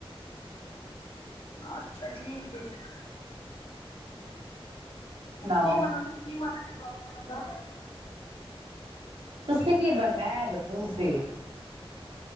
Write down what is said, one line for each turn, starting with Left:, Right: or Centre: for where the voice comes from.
Left: ਅੱਛਾ, ਠੀਕ ਐ ਜੀ।
Right: ਸੁਣਾਓ
Left: ਕੀ ਬਨਣ, ਕੀ ਮਨ ਹੈਗਾ ਤੁਆਡੇ ਬਣਨ ਦਾ?
Right: ਤੁਸੀ ਕੀ ਬਣਨਾ ਐ ਦੱਸੋ ਤੁਸੀ?